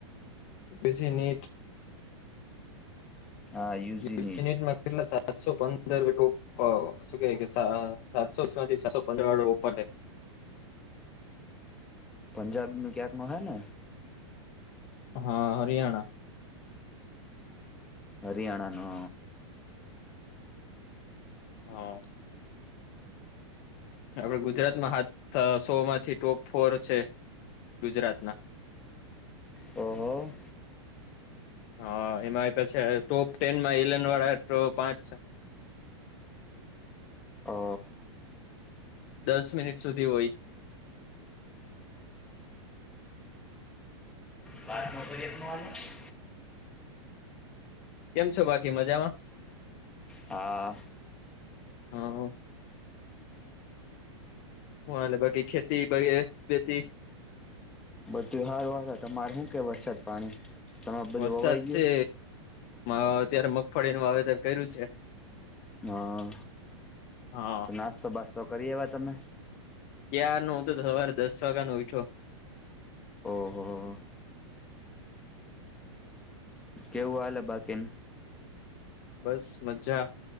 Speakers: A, on the left (about 30°); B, in the centre.
A: બજી નેટ
B: હા યુજી
A: ય
B: નીટ
A: કેટલા સાતસો પંદર શું કે કે સાતસો માંથી સાતસો પંદર વાડ ઉપર લે
B: પંજાબી ન ક્યાંક ન હૈ ને.
A: હા હરિયાણા
B: હરિયાણાનો
A: હા. આપડ ગુજરાતમાં હાથ સો માંથી ટોપ ફોર છે, ગુજરાત ના
B: ઓહો.
A: હા એમાં પછી ટોપ ટેન માં ઇલેવન વાળા તો પાંચ
B: ઓ
A: દસ મિનિટ સુધી હોય.
B: વાત મોસ હ
A: કેમ છો બાકી મજામાં
B: હા
A: હા હ લ બાકી ખેતી પ બેતી-
B: બધું સારું વા તમારે શું કે વરસાદ પાણી તમારે બધું
A: વરસાદ
B: વવાઈ ગયું?
A: છે અત્યારે મગફળીનું વાવેતર કર્યું છે
B: હા
A: હા
B: તો નાસ્તો બાસ્તો કરી એયવા તમે
A: ક્યાર ન હું તો સવારે દસ વાગ્યા નો ઉયઠો
B: ઓહો કેવું આલે બાકીન
A: બસ મજા